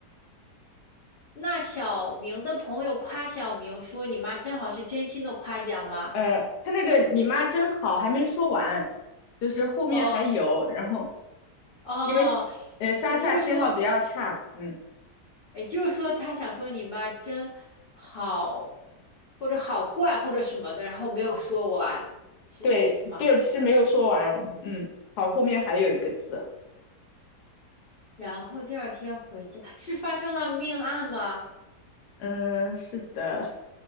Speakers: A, on the left; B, on the left.
A: 那小明的朋友夸小明说：“你妈真好，是真心的夸奖吗？”
B: 呃，他那个你妈真好还没说完，就是后面还有，
A: 哦
B: 然后
A: 哦，
B: 因为呃乡下信号比较差，
A: 也就是说，
B: 嗯，
A: 也就是说，他想说你妈真好，或者好怪，或者什么的，然后没有说完，是这个意思吗？
B: 对对是没有说完，嗯，好，后面还有一个字，
A: 然后第二天回家，是发生了命案吗？
B: 嗯，是的，